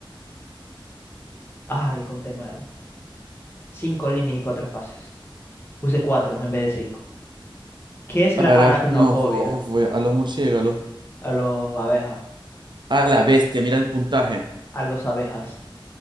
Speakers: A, on the left (about 25°); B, on the right (about 60°).
A: Ay, conté mal. Cinco líneas y cuatro espacios. Puse cuatro en vez de cinco. ¿Qué es la
B: Aracnofobia.
A: aracnofobia?
B: A los murciélagos.
A: A los abejas.
B: A la bestia. Mira el puntaje.
A: A los abejas.